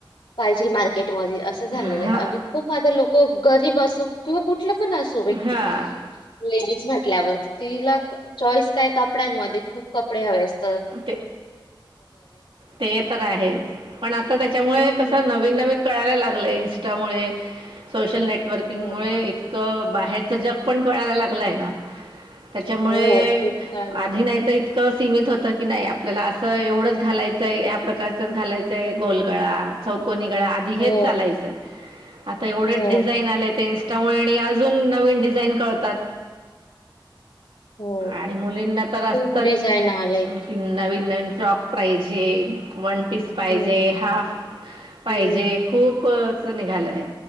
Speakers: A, on the left; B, on the right.
A: पाहिजे मार्केट मध्ये अस झालेलं
B: हां,
A: आहे आणि खूप आता लोक गरीब असो किंवा कुठं पण असो व्यक्ती
B: हां.
A: लेडीज म्हटल्यावर तिला चॉईस काय कपड्यांमध्ये खूप कपडे हवे असत.
B: ते ते तर आहेच पण आता त्याच्यामुळे
A: हम्म
B: कस नवीन नवीन कळायला लागलं इन्स्टामुळे सोशल नेटवर्किंगमुळे
A: हो
B: इतकं बाहेरच जग पण कळायला लागलंय ना त्याच्यामुळे
A: हो खूप कळायला लागलंय
B: आधी नाही तर इतं सीमित होतं की नाही आपल्याला असं एवढंच घालायचंय या प्रकारचच घालायचंय गोलगळा चौको णी गळा आधी
A: हो
B: हेच चालायचं आता एवढे
A: हो
B: डिझाईन आलेत इन्स्टा त्यामुळे आणि अजून नवीन डिझाईन कळतात.
A: हो
B: आणि मुलींना तर
A: खूप
B: असतच
A: डिझाईन आलंय
B: कि नवीन नवीन स्टॉक प्राजिंग वन पीस पाहिजे,
A: हम्म
B: हाफ पाहिजे
A: हम्म
B: खूपच निघालंय.